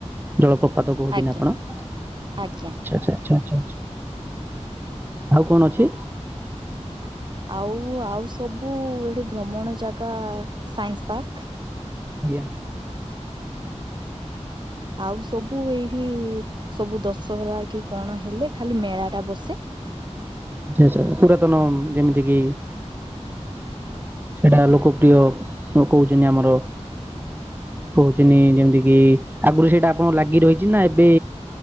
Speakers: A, on the right; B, on the right.
A: ଜଳ ପ୍ରପାତ କହୁଛି
B: ଆଜ୍ଞା
A: ନା ଆପଣ ଆଛା
B: ଆଜ୍ଞା
A: ଆଚ୍ଛା‌ ଆଚ୍ଛା ଆଚ୍ଛା ଆଚ୍ଛା ଆଉ କଣ ଅଛି?
B: ଆଉ ଆଉ ସବୁ ଏଠି ଭ୍ରମଣ ଜାଗା ସାଇନ୍ସ ପାର୍କ।
A: ଆଜ୍ଞା।
B: ଆଉ ସବୁ ଏଇଠି ସବୁ ଦଶହରାକି କଣ ହେଲେ ଖାଲି ମେଳାଟା ବସେ
A: ଆ ଆଛା ପୁରାତନ ଯେମିତିକିି ସେଇଟା ଲୋକପ୍ରିୟ କହୁଚନ୍ତି ଆମର କହୁଚନି ଯେମିତିକିି ଆଗରୁ ସେଇଟା ଆପଣଙ୍କୁ ଲାଗି ରହିଚିନା ଏବେ